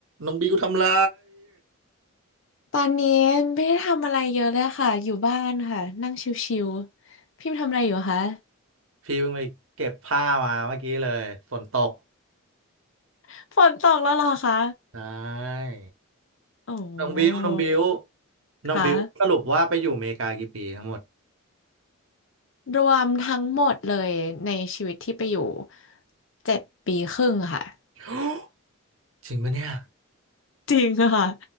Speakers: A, on the right; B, on the left.
A: น้องบิวทำไร
B: ตอนนี้ไม่ได้ทำอะไรเยอะเลยค่ะอยู่บ้านค่ะนั่งชิวๆพี่ทำอะไรอยู่คะ
A: พี่เพิ่งไปเก็บผ้ามาเมื่อกี้เลยฝนตก
B: <laughs> ฝนตกแล้วเหรอคะ
A: ใช่
B: โอ้
A: น้องบิวน้องบิวน้องบิวสรุปว่าไปอยู่อเมริกากี่ปีทั้งหมด
B: ค่ะรวมทั้งหมดเลยในชีวิตที่ไปอยู่เจ็ดปีครึ่งค่ะ
A: <gasps> จริงปะเนี่ย
B: จริงค่ะ